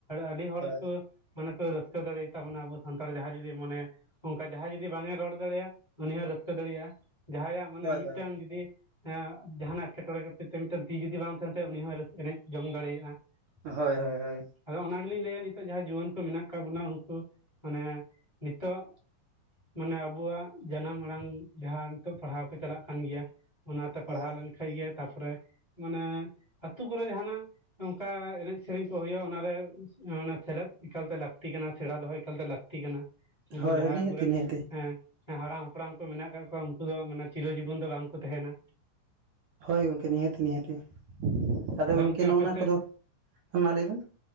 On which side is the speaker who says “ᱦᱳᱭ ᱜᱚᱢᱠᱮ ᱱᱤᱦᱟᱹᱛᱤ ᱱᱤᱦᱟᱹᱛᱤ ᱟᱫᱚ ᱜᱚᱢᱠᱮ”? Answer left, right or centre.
Right